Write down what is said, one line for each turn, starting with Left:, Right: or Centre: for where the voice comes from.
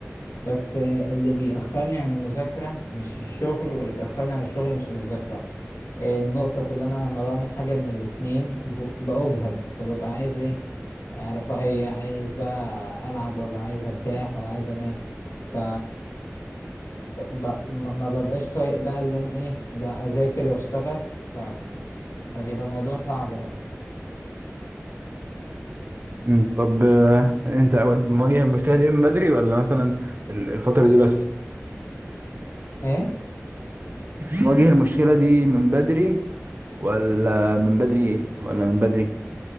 Left: بس آه، اللي بيأخرني عن المذاكرة مش الشغل واللي بيأخرني عن الشغل مش المذاكرة آه، النقطة في اللي أنا لما بعمل حاجة من الاتنين ب- بأجهد فببقى عايز إيه آه، رفاهية عايز بقى ألعب ولا عايز أرتاح ولا عايز أنام ف ب... ما ما ببقاش طايق بقى اللي أنا إيه ده أذاكر وأشتغل ف... فبيبقى الموضوع صعب بقى
Right: مم، طب آه، انت أو- مواجه المشكلة دي من بدري ولا مثلا ال- الفترة دي بس
Left: إيه؟
Right: مواجه المشكلة دي من بدري ولا من بدري ايه ولا من بدري